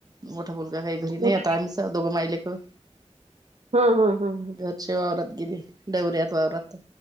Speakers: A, on the right (about 35°); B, on the right (about 70°).
A: मोठा मुलगा काही घरी नाही
B: उद्या
A: आता, आम्ही दोघंच माई लेकर
B: हम्म हम्म हम्म
A: घर हे वावरात गेले डवऱ्यात वावरात